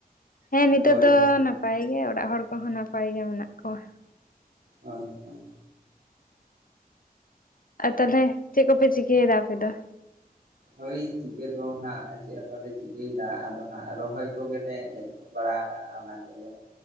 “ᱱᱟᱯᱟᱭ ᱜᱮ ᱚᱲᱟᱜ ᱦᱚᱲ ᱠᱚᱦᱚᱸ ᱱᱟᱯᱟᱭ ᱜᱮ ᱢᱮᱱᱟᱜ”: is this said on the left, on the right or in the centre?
Left